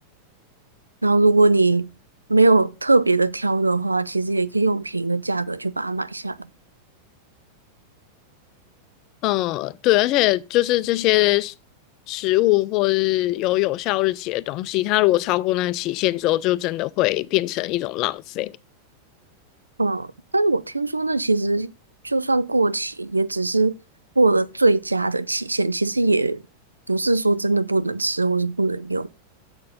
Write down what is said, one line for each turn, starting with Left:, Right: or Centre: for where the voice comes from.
Right: 然后如果你没有特别的挑的话，其实也可以用便宜的价格去把它买下来。
Left: 嗯，对，而且就是这些食食物或是有有效日期的东西，它如果超过那个期限之后，就真的会变成一种浪费。
Right: 嗯，但是我听说那其实就算过期，也只是过了最佳的期限，其实也不是说真的不能吃或是不能用。